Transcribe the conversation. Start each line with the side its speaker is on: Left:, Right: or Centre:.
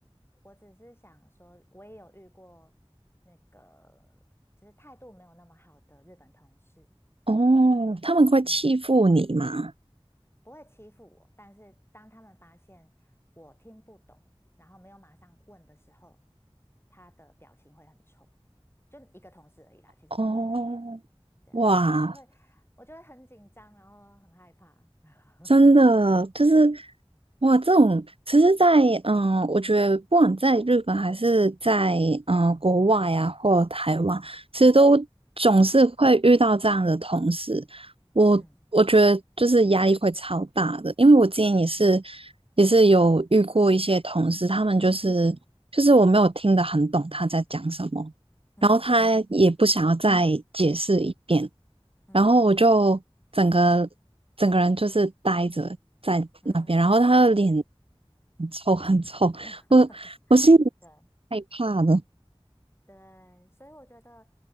Left: 我只是想说，我也有遇过那个，就是态度没有那么好的日本同事，
Right: 哦，他们会欺负你吗？
Left: 嗯，不会欺负我，但是当他们发现我听不懂，然后没有马上问的时候，他的表情会很臭，就一个同事而已啦，其实没有很多，
Right: 哦，
Left: 对啊，
Right: 哇，
Left: 然后我就会我就会很紧张，然后很害怕，<laughs>
Right: 真的就是哇，这种其实在，嗯，我觉得不管在日本还是在嗯国外呀、或台湾，
Left: 嗯
Right: 其实都总是会遇到这样的同事。我我觉得就是压力会超大的，
Left: 嗯
Right: 因为我之前也是
Left: 嗯
Right: 也是有遇过一些同事，他们就是就是我没有听得很懂他在讲什么，
Left: 嗯嗯嗯
Right: 然后他也不想要再解释一遍。
Left: 嗯。
Right: 然后我就整个整个人就是呆着在那边，
Left: 嗯
Right: 然后他的脸很臭很臭，
Left: <laughs>
Right: 我我心里
Left: 对
Right: 害怕的，
Left: 对，所以我觉得，